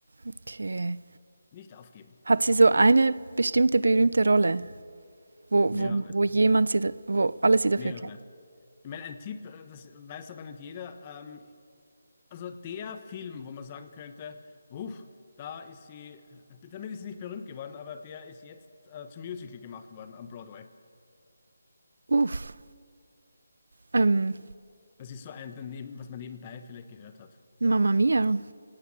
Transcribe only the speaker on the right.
okay.
Hat sie so eine bestimmte berühmte Rolle? wo,
wo, wo jemand sie, da- wo alle sie dafür
kennen.
Uff. Ähm,
Mama Mia.